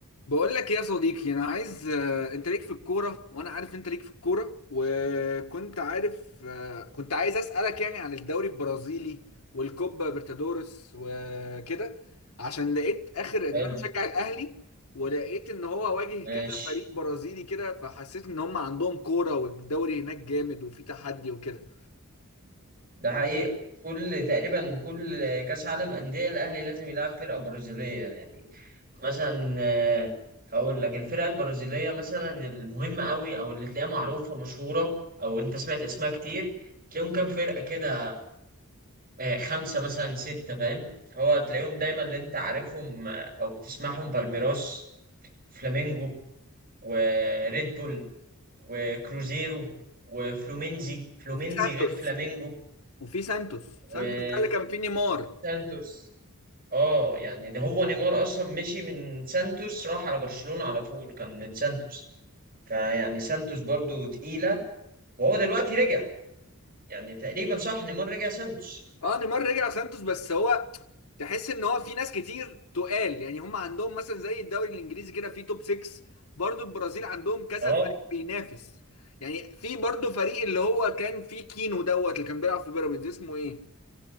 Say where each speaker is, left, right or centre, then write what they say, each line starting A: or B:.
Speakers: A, on the left (about 85°); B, on the right (about 40°).
A: بقول لك إيه يا صديقي انا عايز آه، انت ليك في الكوره وانا عارف انت ليك في الكوره وكنت عارف آه، كنت عايز اسالك يعني عن الدوري البرازيلي والكوبا برتادورس وكده عشان لقيت اخر يعني
B: حلو
A: انا بشجع الاهلي ولقيت ان هو واجه
B: ماشي
A: كذا فريق برازيلي كده فحسيت ان هم عندهم كوره والدوري هناك جامد وفي تحدي وكده
B: ده حقيقة كل تقريبا كل كأس عالم أندية الأهلي لازم يلعب فرقة برازيلية يعني مثلا آه، هقول لك الفرقة البرازيلية مثلا المهمة قوي أو اللي تلاقيها معروفة مشهورة أو أنت سمعت اسمها كتير تلاقيهم كام فرقة كده آه، خمسة مثلا ستة فاهم هو تلاقيهم دايما اللي أنت عارفهم آه، أو بتسمعهم بالميراس فلامينجو وريد بول وكروزيرو وفلومينزي فلومينزي
A: وفي سانتوس
B: غير فلامينجو
A: وفي سانتوس
B: و-
A: سانتوس ده اللي كان فيه نيمار
B: وفي سانتوس اه يعني ده هو نيمار اصلا مشي من سانتوس راح على برشلونة على طول كان من سانتوس فيعني سانتوس برضو تقيلة وهو دلوقتي رجع يعني تقريبا صح نيمار رجع سانتوس
A: اه نيمار رجع سانتوس بس هو تحس ان هو في ناس كتير تقال يعني هم عندهم مثلا زي الدوري الانجليزي كده في توب 6 برضو البرازيل عندهم كذا
B: اه
A: فريق بينافس يعني في برضو فريق اللي هو كان فيه كينو دوت اللي كان بيلعب في بيراميدز اسمه ايه